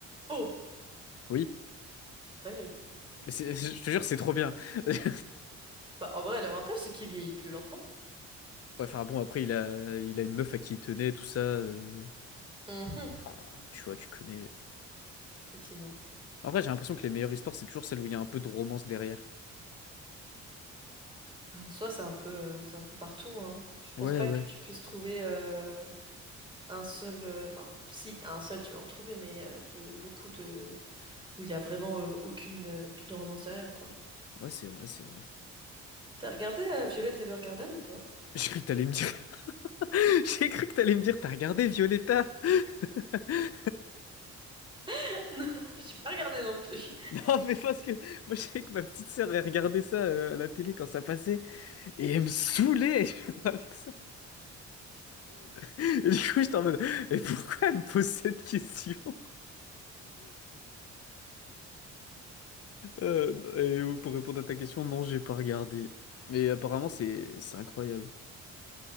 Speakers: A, on the right; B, on the left.
A: Oh,
B: Oui,
A: dinguerie.
B: mais c'est- <laughs> je te jure, c'est trop bien. <laughs>
A: Bah en vrai, l'avantage, c'est qu'il vieillit plus lentement.
B: Ouais, enfin bon, après, il a, il a une meuf à qui il tenait, tout ça. euh,
A: Mhm,
B: Enfin, tu vois, tu connais.
A: effectivement.
B: En vrai, j'ai l'impression que les meilleures histoires, c'est toujours celles où il y a un peu de romance derrière.
A: Bah, En soi, c'est un peu, euh, c'est un peu partout, hein. Je pense
B: Ouais,
A: pas
B: ouais.
A: que tu puisses trouver euh, un seul, euh, enfin, si, un seul, tu vas en trouver, mais euh, de beaucoup de où il y a vraiment euh, aucune, euh, aucune romance derrière, quoi.
B: Ouais, c'est vrai, c'est vrai.
A: T'as regardé euh, Violet Evergarden ou pas?
B: <laughs> J'ai cru que t'allais me dire. <laughs> J'ai cru que t'allais me dire, t'as regardé Violetta? <laughs>
A: <laughs> Non, j'ai pas regardé non plus.
B: Non, mais parce que moi, je sais que ma petite sœur, elle regardait ça euh, à la télé quand ça passait et elle me saoulait <laughs> je vois, avec ça. Et du coup, j'étais en mode, mais pourquoi elle me pose cette question? <laughs> Euh, et pour répondre à ta question, non, j'ai pas regardé. Mais apparemment, c'est c'est incroyable.